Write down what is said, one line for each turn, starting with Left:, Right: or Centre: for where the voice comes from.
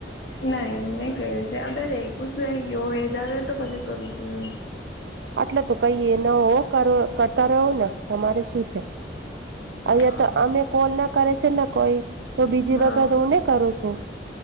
Left: નાઈ નહી કય્યું છે હ રેું શું વ એજ આવે તો પછી કરું શું.
Right: આટલે તો કઈ એ ન હો કર કરતા રહો ને તમારે શું છે.
Left: હા
Right: અહંયા તો અમે કોલ ના કરે છે ને કોઈ તો બીજી
Left: હા
Right: વખત હુંને કરું છું.